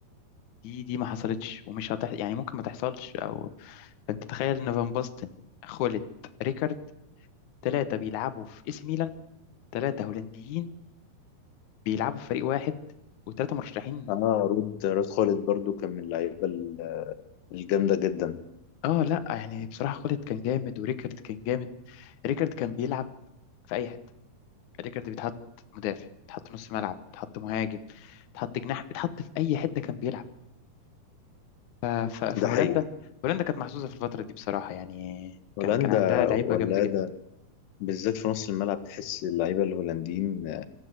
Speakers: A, on the left; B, on the left.
A: دي دي ما حصلتش ومش هتح يعني ممكن ما تحصلش أو فأنت تخيل إن فان باستن خولت ريكارد ثلاثة بيلعبوا في إي سي ميلان ثلاثة هولنديين بيلعبوا في فريق واحد وثلاثة مرشحين
B: اه رود رود خالد برضو كان من اللعيبه ال- الجامده جدا
A: اه لا يعني بصراحة خولت كان جامد وريكارد كان جامد ريكارد كان بيلعب في أي حتة ريكارد بيتحط مدافع بيتحط نص ملعب بيتحط مهاجم بيتحط جناح بيتحط في اي حته كان بيلعب ف- ف- فهولندا
B: ده حقيقي
A: هولندا كانت محظوظه في الفتره دي بصراحه يعني كان
B: هولندا
A: كان عندها لعيبه
B: ولاده
A: جامده جدا
B: بالذات في نص الملعب تحس اللعيبه الهولنديين